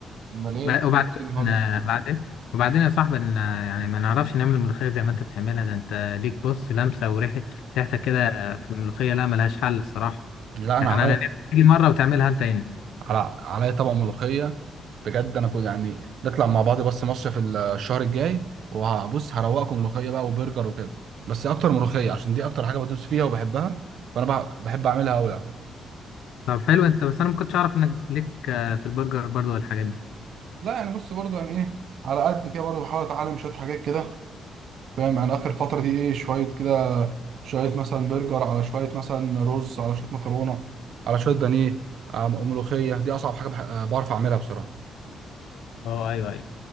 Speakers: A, on the right; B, on the left.
A: امال ايه
B: ب-
A: انت
B: وبعدين
A: عامل إيه النهارده
B: آه، بعدين وبعدين يا صاحبي إن- آه، يعني ما نعرفش نعمل الملوخية زي ما أنت بتعملها ده أنت ليك بص لمسة وريحة ريحتك كده آه، في الملوخية لا ملهاش حل الصراحة
A: لا
B: يعني
A: انا علي
B: أنا نفسي تيجي مرة وتعملها أنت هنا
A: على علي طبق ملوخيه بجد انا كنت يعني نطلع مع بعض بس مصيف ال- الشهر الجاي وهبص هروقكم ملوخيه بقى وبرجر وكده بس اكتر ملوخيه عشان دي اكتر حاجه بدوس فيها وبحبها فانا بح- بحب اعملها قوي يعني
B: طب حلو أنت بس أنا ما كنتش أعرف إنك ليك آه، في البرجر برضه والحاجات دي
A: لا يعني بص برضو يعني ايه على قد كده برضو بحاول اتعلم شويه حاجات كده فاهم يعني اخر فتره دي ايه شويه كده شويه مثلا برجر على شويه مثلا رز على شويه مكرونه على شويه بانيه آه، ملوخيه دي اصعب حاجه بح- آه، بعرف اعملها بصراحه
B: أه أيوه أيوه